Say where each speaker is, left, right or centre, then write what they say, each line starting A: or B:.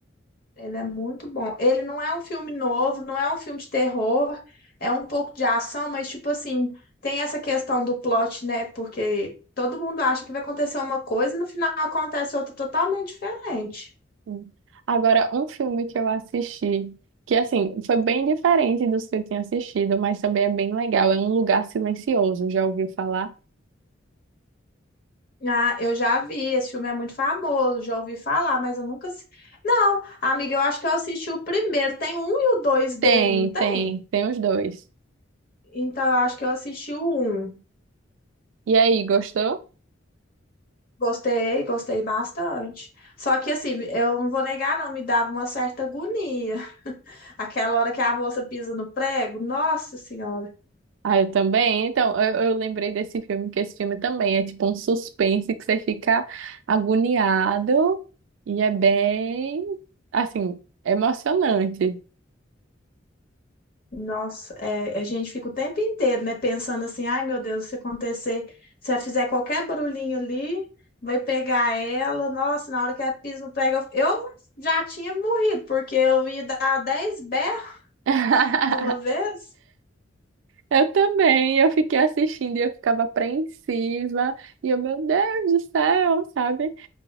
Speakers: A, on the left (about 50°); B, on the right (about 80°).
A: Ele é muito bom. Ele não é um filme novo, não é um filme de terror, é um pouco de ação, mas tipo assim, tem essa questão do plot, né? Porque todo mundo acha que vai acontecer uma coisa e no final acontece outra totalmente diferente.
B: Sim. Agora, um filme que eu assisti, que assim, foi bem diferente dos que eu tinha assistido, mas também é bem legal, é Um Lugar Silencioso, já ouviu falar?
A: Ah, eu já vi, esse filme é muito famoso, já ouvi falar, mas eu nunca. assi- Não, amiga, eu acho que eu assisti o primeiro. Tem um e o dois dele,
B: Tem,
A: não tem?
B: tem, tem os dois.
A: Então eu acho que eu assisti o um.
B: E aí, gostou?
A: Gostei, gostei bastante. Só que assim, eu não vou negar, não, me dava uma certa agonia. <laughs> Aquela hora que a moça pisa no prego, nossa senhora,
B: Ah, eu também. Então, eu, eu lembrei desse filme, que esse filme também é tipo um suspense que você fica agoniado e é bem, assim, emocionante.
A: nossa, é, a gente fica o tempo inteiro, né, pensando assim, ai meu Deus, se acontecer, se ela fizer qualquer barulhinho ali, vai pegar ela, nossa, na hora que ela pisa no prego, eu, eu já tinha morrido, porque eu ia dar 10 berros
B: <laughs>
A: de uma vez.
B: Eu também, eu fiquei assistindo e eu ficava apreensiva, e eu, meu Deus do céu, sabe?